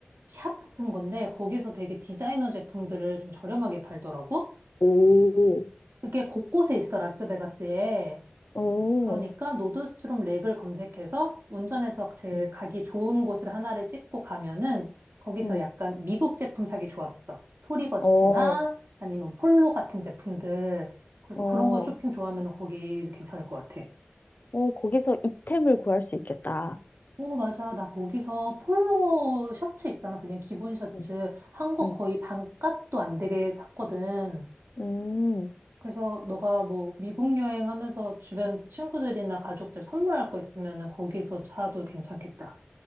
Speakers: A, on the right; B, on the left.
A: 샵 같은 건데, 거기서 되게 디자이너 제품들을 좀 저렴하게 팔더라고?
B: 오,
A: 그게 곳곳에 있어, 라스베가스에.
B: 오,
A: 그러니까 노드스트롬 렉을 검색해서 운전해서 제일
B: 음.
A: 가기 좋은 곳을 하나를 찍고 가면은 거기서
B: 음,
A: 약간 미국 제품 사기 좋았어. 토리버치나
B: 어,
A: 아니면 폴로 같은 제품들. 그래서
B: 어,
A: 그런 거 쇼핑 좋아하면 거기 괜찮을 것 같아.
B: 어, 거기서 이템을 구할 수 있겠다.
A: 오, 맞아. 나 거기서 폴로 셔츠 있잖아. 그냥 기본 셔츠.
B: 음.
A: 한국
B: 음,
A: 거의 반값도 안 되게 샀거든.
B: 음.
A: 그래서 너가 뭐 미국 여행하면서 주변 친구들이나 가족들 선물할 거 있으면은 거기서 사도 괜찮겠다.